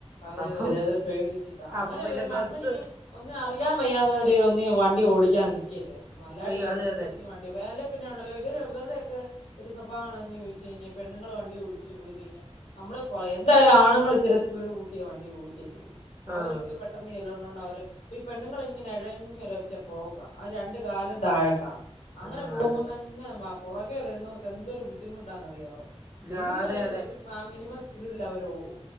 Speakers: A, on the left (about 85°); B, on the right (about 20°).
A: അതെ അതെ
B: അപ്പൊ
A: അതെ ചെൽത് പേടിച്ചിട്ടാ
B: അപ്പൊ
A: അങ്ങനെ
B: പിന്നെ
A: വരുമ്പ
B: ബസ്സ്
A: അങ്ങനീ ഒന്നും അറിയാ വയ്യാത്തോര് ഒന്നി വണ്ടി ഓടിക്കാൻ നിക്കല്ലേ നല്ലതായിട്ട്
B: അയ്യോ
A: പഠിച്ചിട്ട്
B: അതെ അതെ
A: ഒന്നി വൺ ടിവാല്യ പിന്നെ ഉണ്ടല്ലോ ഇവര് ഇവര്ടെക്കെ ഒരു സ്വഭാവമാണ് ഇഞ് ചോയ്ച്ച് കഴിഞ്ഞ പെണ്ണുള് വണ്ടി ഓടിച്ചിട്ട് പോയി പിന്നെ നമ്മള്പോ എന്തായാലും ആണുങ്ങള് ഇച്ചിരി സ്പീഡ് കൂട്ടിയേ വണ്ടി ഓടിക്കത്തൊള്ളൂ
B: ആഹ്
A: അവർക്ക് പ പെട്ടെന്ന് ചെല്ല്ണോണ്ട് അവര് ഈ പെണ്ണുങ്ങളിങ്ങനെ ഇഴഞ്ഞ് ഒരൊറ്റ പോക്കാ ആ രണ്ട് കാലും താഴെ കാണും അങ്ങനെ
B: ആഹ്
A: പോകുമ്പോം
B: അതെ
A: തന്നെ വ പുറകെ വരുന്നവർക്ക് എന്തൊരു ബുദ്ധിമുട്ടാന്നറിയാവോ
B: ഞാ-
A: ഒന്നിങ്കിൽ
B: അതെ
A: അവര്
B: അതെ
A: ഒരു പാ മിനിമം സ്പീഡിൽ അവര് ഓടും